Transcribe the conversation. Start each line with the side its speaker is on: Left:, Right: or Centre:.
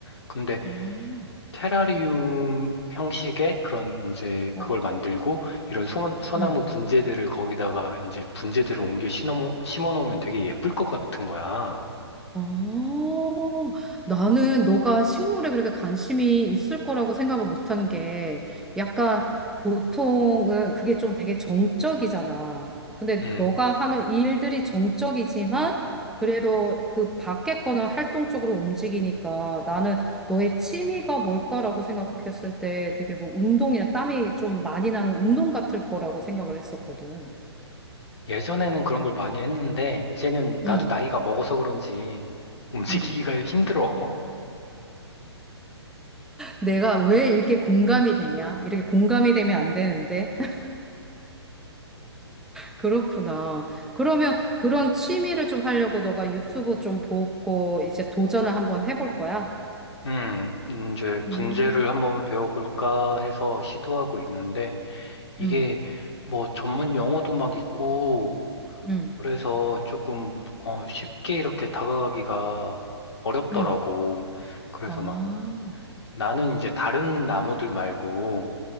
Left: 근데
Centre: 아.
Left: 테라리움 형식의 그런 이제
Centre: 어.
Left: 그걸 만들고 이런 소, 소나무
Centre: 응.
Left: 분재들을 거기다가 이제 분재들을 옮겨 심어, 심어 놓으면 되게 예쁠 것 같은 거야.
Centre: 어, 나는 너가 식물에 그렇게 관심이 있을 거라고 생각을 못한 게 약간 보통은 그게 좀 되게 정적이잖아. 근데
Left: 음.
Centre: 너가 하는 일들이 정적이지만 그래도 그 밖에 거는 활동적으로 움직이니까 나는 너의 취미가 뭘까라고 생각했을 때 되게 뭐 운동이나 땀이 좀 많이 나는 운동 같을 거라고 생각을 했었거든.
Left: 예전에는 그런 걸 많이 했는데 이제는
Centre: 응,
Left: 나도 나이가 먹어서 그런지 움직이기가
Centre: 응.
Left: 힘들어.
Centre: 내가 왜 이렇게 공감이 되냐? 이렇게 공감이 되면 안 되는데. <laughs> 그렇구나. 그러면 그런 취미를 좀 하려고 너가 유튜브 좀 보고 이제 도전을 한번 해볼 거야?
Left: <laughs> 음, 이제 분재를
Centre: 음,
Left: 한번 배워볼까 해서 시도하고 있는데 이게
Centre: 음,
Left: 뭐 전문 용어도 막 있고
Centre: 음,
Left: 그래서 조금 어, 쉽게 이렇게 다가가기가 어렵더라고.
Centre: 음.
Left: 그래서
Centre: 아,
Left: 막 나는 이제 다른 나무들 말고